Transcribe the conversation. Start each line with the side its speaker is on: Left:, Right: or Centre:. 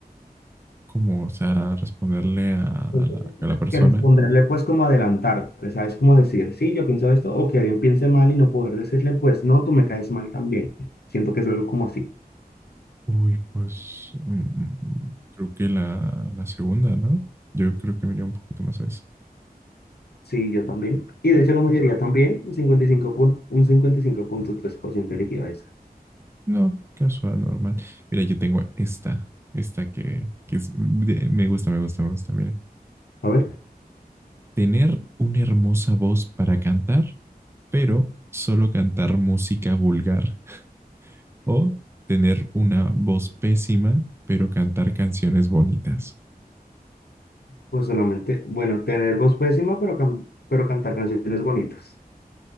Right: Como, o sea, responderle a
Left: Siento
Right: la,
Left: Que
Right: a la persona
Left: que responderle, pues, como adelantarte, ¿sabes? Como decir, sí, yo pienso esto, o que alguien piense mal y no poder decirle, pues, no, tú me caes mal también. Siento que es algo como así.
Right: Uy, pues mm, mm, creo que la, la segunda, ¿no? Yo creo que me iría un poquito más a eso.
Left: Sí, yo también. Y de hecho la mayoría también, un cincuenta y cinco pun- un cincuenta y cinco punto tres por ciento eligió esa.
Right: No, casual, normal. Mira, yo tengo esta, esta que, que es, de- me gusta, me gusta, me gusta. Mira,
Left: A ver,
Right: tener una hermosa voz para cantar, pero solo cantar música vulgar. O tener una voz pésima, pero cantar canciones bonitas.
Left: pues solamente, bueno, tener voz pésima, pero, can- pero cantar canciones bonitas.